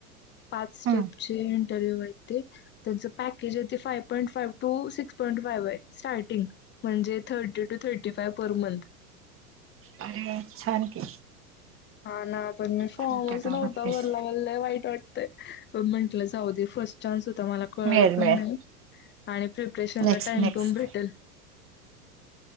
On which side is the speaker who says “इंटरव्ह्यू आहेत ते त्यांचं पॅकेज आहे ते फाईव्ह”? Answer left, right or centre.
Left